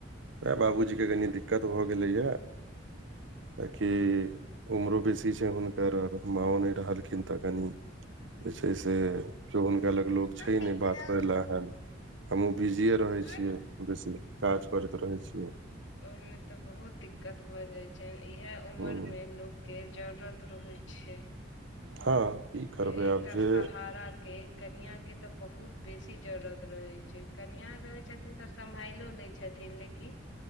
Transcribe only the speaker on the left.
मत
करू,
मत
ओहि मे ते बहुत दिक्कत भऽ जाय छनि इह उमर
में लोक के जरूरत रहैत छै छै
जे
एकटा
सहारा के कनिया के तऽ बहुत बेसी जरूरत रहै छै कनिआ रहै छथिन तऽ सम्भइलो लै छथिन लेकिन